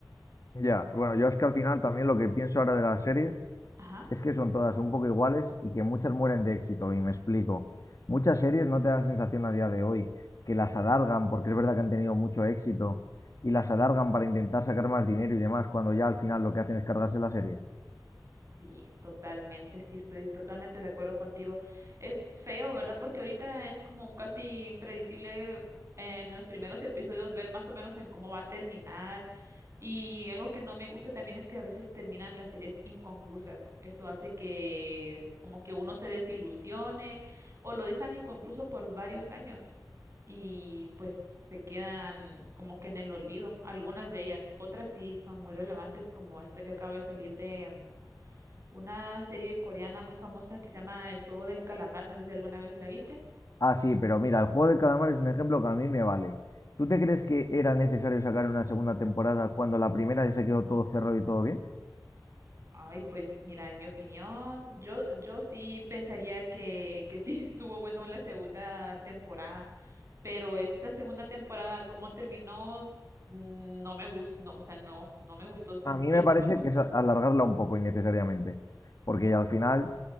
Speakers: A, on the left; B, on the right.
A: Ya, bueno, yo es que al final también lo que pienso ahora de las series
B: Ajá.
A: es que son todas un poco iguales y que muchas mueren de éxito, y me explico. Muchas series no te dan sensación a día de hoy que las alargan, porque es verdad que han tenido mucho éxito, y las alargan para intentar sacar más dinero y demás, cuando ya al final lo que hacen es cargarse la serie.
B: Sí, totalmente, sí, estoy totalmente de acuerdo contigo. Es feo, ¿verdad? Porque ahorita es como casi impredecible en los primeros episodios ver más o menos en cómo va a terminar. Y algo que no me gusta también es que a veces terminan las series inconclusas. Eso hace que como que uno se desilusione o lo dejan inconcluso por varios años y pues se quedan como que en el olvido. Algunas de ellas, otras sí son muy relevantes, como esta que acaba de salir de una serie coreana muy famosa que se llama El juego del calamar, no sé si alguna vez la viste.
A: Ah, sí, pero mira, el juego del calamar es un ejemplo que a mí me vale. ¿Tú te crees que era necesario sacar una segunda temporada cuando la primera ya se quedó todo cerrado y todo bien?
B: Ay, pues mira, en mi opinión, yo, yo sí pensaría que, que sí <laughs> estuvo bueno la segunda temporada, pero esta segunda temporada, ¿cómo terminó? Mm, No me gustó, no, o sea, no, no me gustó, se
A: A mí
B: terminó
A: me parece
B: inconcluso.
A: que es a- alargarla un poco innecesariamente, porque al final